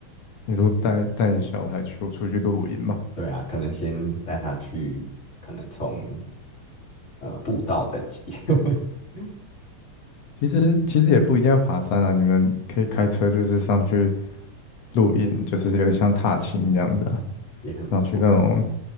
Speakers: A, on the left; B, on the left.
A: 你说带带小孩出出去露营嘛？
B: 对啊，可能先带他去，可能从呃步道等级，<laughs>
A: 其实其实也不一定要爬山啊，你们可以开车就是上去露营，就是有点像踏青这样子啊，
B: 嗯，也很不错，
A: 然后去那种